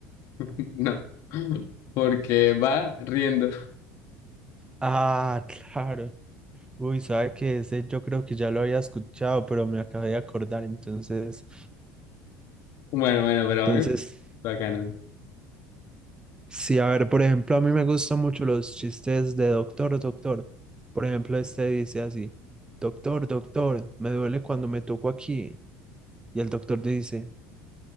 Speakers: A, on the left; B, on the right.
A: <laughs> No, porque va riendo.
B: Ah, <laughs> claro. Uy, sabe que ese yo creo que ya lo había escuchado, pero me acabé de acordar. Entonces,
A: Bueno, bueno, pero
B: entonces,
A: a mí, bacano.
B: sí, a ver, por ejemplo, a mí me gustan mucho los chistes de doctor, doctor. Por ejemplo, este dice así, doctor, doctor, me duele cuando me toco aquí. Y el doctor dice,